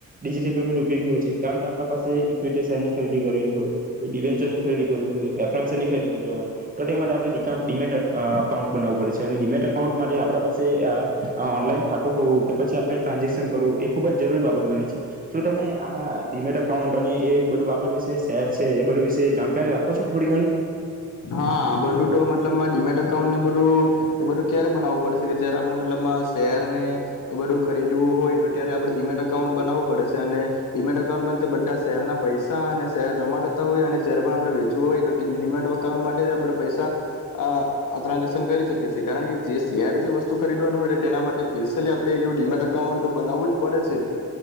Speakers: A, on the right; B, on the left.
A: ડિજિટલ પેમેન્ટ ઉપયોગી હોય છે. કારણ કે આપણા પાસે ઈક્વિટી શેર ની ખરીદી કરવી હોય, ડિવેન્ચર ની ખરીદી કરવી હોય, પ્રેફન્સરની ખરીદી કરવી હોય. તો તે માટે આપણે દી ડીમેટેડ અકાઉન્ટ બનાવુ પડે છે. ડીમેટ એકાઉન્ટ માટે આપણા પાસે ઓનલાઇન ખાતુ કે પછી આપ ટ્રાન્ઝેશન કરવું એ ખુબ જ જરૂરી બાબત ગણાય છે શું તમે આ ડિમેટ અકાઉન્ટ અને એ બધું બાબત વિશેષ ખેર છે. એ બધું વિશે જાણકારી રાખ હશો થોડી ઘણી
B: હા! આ બધું તો મતલબ મા ડીમેટ અકાઉન્ટને બધું એ બધું ક્યારે બનાવવું પડશે, કે જયારે આપણે મતલબ મા શેર ને એ બધું ખરીદવું હોય તો, ત્યારે આપડણે ડીમેટ અકાઉન્ટ બનાવવું પડેશે, અને ડીમેટ અકાઉન્ટ માટે બધા શેરના પૈસા અને શેર જમા તો હોય, અને જયારે પણ આપણે વેચવું હોય તો ઙિમેટ વખ એકાઉન્ટ માટે જ આપણે પૈસા આ ટ્રાન્ઝેક્શન કરી શકીએ છીએ. કારણ કે, જે શેર જે વસ્તુ ખરીદવાનું હોય તેના માટે સ્પેશિયલી આપણે એવું ડીમાટ અકાઉન્ટ બનાવવું જ પડે છે.